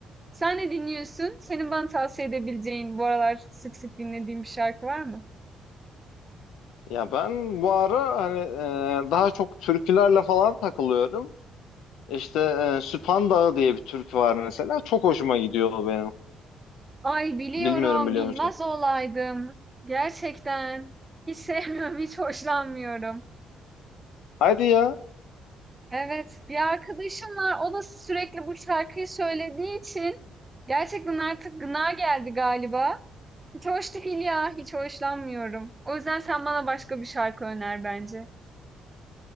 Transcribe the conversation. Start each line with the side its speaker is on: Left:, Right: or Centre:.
Right: Sen ne dinliyorsun? Senin bana tavsiye edebileceğin bu aralar sık sık dinlediğin bir şarkı var mı?
Left: Ya ben bu ara hani e, daha çok türkülerle falan takılıyorum. İşte e, Süphan Dağı diye bir türkü var mesela. Çok hoşuma gidiyor o benim.
Right: Ay biliyorum,
Left: Bilmiyorum biliyor
Right: bilmez
Left: musun?
Right: olaydım. Gerçekten. Hiç <laughs> sevmiyorum, hiç hoşlanmıyorum.
Left: Hadi ya.
Right: Evet, bir arkadaşım var. O da sürekli bu şarkıyı söylediği için gerçekten artık gına geldi galiba. Hiç hoş değil ya, hiç hoşlanmıyorum. O yüzden sen bana başka bir şarkı öner bence.